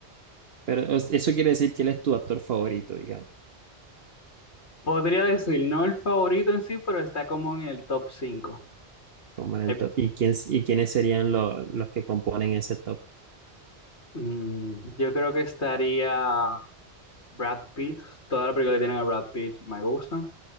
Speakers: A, on the right; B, on the left.
A: Pero o sea, eso quiere decir quién es tu actor favorito, digamos,
B: Podría decir, no el favorito en sí, pero está como en el top cinco
A: como en el
B: Eh,
A: top. ¿Y quién, y quiénes serían lo- los que componen ese top?
B: mm, yo creo que estaría Brad Pitt, toda la película que tienen a Brad Pitt me gusta.